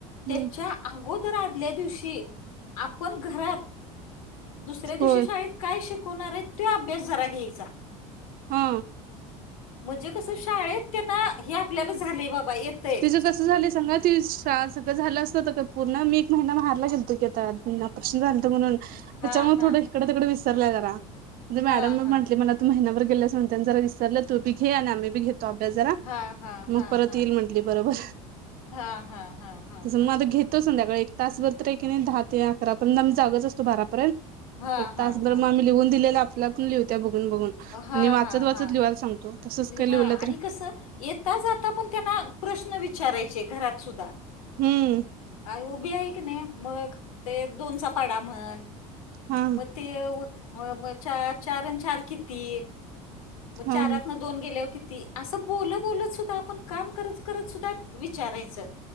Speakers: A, on the left (about 80°); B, on the right (about 55°).
A: त्याच्या
B: हम्म
A: अगोदर आदल्या दिवशी आपण घरात दुसऱ्या दिवशी
B: होय
A: शाळेत काय शिकवणार आहेत ते अभ्यास जरा घ्यायचा.
B: हा
A: म्हणजे कस शाळेत त्यांना हे आपल्याला झालंय बाबा हे येत
B: तिझं जसं झालंय सांगा ती का सगळं झालं असत ते का पूर्ण मी एक महिना माहेरला गेलती की आता ऑपरेशनपन झालत म्हणून. त्याच्यामुळे
A: हां, हां,
B: थोडं इकडं,
A: हां.
B: तिकडे विसरलंय जरा म्हणजे मॅडम
A: हां, हां.
B: म्हटली मला महिनाभर गेले अस म्हणता जरा विसरलं, तु बी घे आणि आम्ही बी घेतो अभ्यास जरा
A: हां, हां,
B: मग
A: हां,
B: परत
A: हां.
B: येईल म्हणत बरोबर,
A: हां, हां, हां, हां,
B: तस मग
A: हां,
B: आता
A: हां.
B: घेतो संध्याकाळी तासभर तरी हे की नाही दहा ते अकरा पर्यंत आम्ही जागच असतो बारापर्यंत
A: हां,
B: एक
A: हां,
B: तास भर
A: हां.
B: आम्ही लिहून दिलेलं आपल्या आपण लिवहत्या बघून, बघून
A: हां,
B: आणि वाचत,
A: हां,
B: वाचत
A: हां.
B: लिवायला सांगतो तसच काय लिवहल
A: हां आणि
B: तर
A: कसं येता जाता पण त्यांना प्रश्न विचारायचे घरात सुद्धा?
B: हम्म.
A: आई उभी आहे की नाही मग ते दोनचा पाडा म्हण
B: हा
A: मग ते मग चार अन चार किती?
B: हा
A: चारातन दोन गेल्यावर किती? असं बोल, बोलत सुद्धा आपण काम करत, करत सुद्धा विचारायचं.